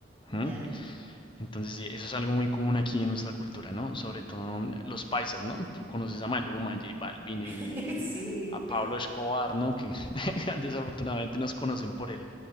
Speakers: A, on the right (about 15°); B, on the left (about 25°).
A: ya.
B: ¿Mm? Entonces, sí, eso es algo muy común aquí en nuestra cultura, ¿no? Sobre todo mm, los paisas, ¿no? Tú conoces a Maluma, a J Balvin,
A: <laughs>
B: eh,
A: Sí.
B: a Pablo Escobar, ¿no? Que <laughs> desafortunadamente nos conocen por él